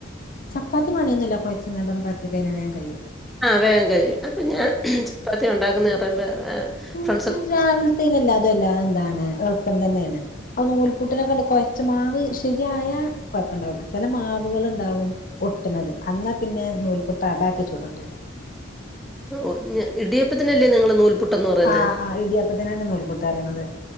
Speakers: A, on the left (about 45°); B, in the centre.
A: ചപ്പാത്തി പണിയൊന്നുല്ല കൊയ്ച്ങ്ങാണ്ട് പര്ത്തി കഴിഞാ വേം കഴിയും
B: ആ വേഗം കഴിയും അപ്പൊ ഞാൻ ചപ്പാത്തി ഒണ്ടാക്കുന്ന പറയുമ്പോ
A: ഊംഊം
B: ഫ്രണ്ട്സ്
A: രാവിൽത്തേനെല്ലാതെല്ലാ എന്താണ് എളുപ്പം തന്നെയാണ് ആ നൂൽപ്പുട്ടിനെക്കൊണ്ട് കൊയ്ച്ചമാവ് ശെരിയായ കൊയപ്പോണ്ടാവില്ല ചെല മാവുകളുണ്ടാവും ഒട്ടുണത് അന്നാപ്പിന്നെ നൂൽപുട്ടാ ബാക്കി ചുടണ്ടേരും
B: ഓ ഞ്ഇടിയപ്പത്തിനല്ലേ നിങ്ങള് നൂൽ പ്പുട്ടെന്നു പറയുന്നെ
A: ആഹ് ആഹ് ഇടിയപ്പത്തിനന്നെ നൂൽപുട്ട് പറയണത്